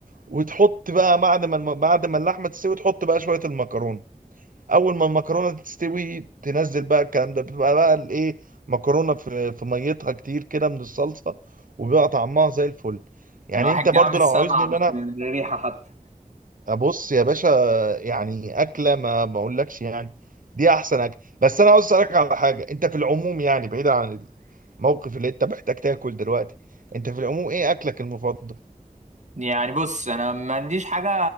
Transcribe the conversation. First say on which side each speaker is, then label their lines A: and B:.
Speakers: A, on the right; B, on the right.
A: وتحط بقى بعد ما الم- بعد ما اللحمه تستوي تحط بقى شويه المكرونه اول ما المكرونه تستوي تنزل بقى الكلام ده بتبقى بقى الايه مكرونه في في ميتها كتير كده من الصلصه وبيبقى طعمها زي الفل يعني
B: الواحد
A: انت برضو
B: جاع من السمع
A: لو عاوزني ان
B: مش
A: انا
B: من الريحة حتى
A: ابص يا باشا يعني اكله ما ما اقولكش يعني دي احسن اكل بس انا عاوز اسالك على حاجه انت في العموم يعني بعيدا عن الموقف اللي انت محتاج تاكل دلوقتي انت في العموم ايه اكلك المفضل
B: يعني بص انا ما عنديش حاجه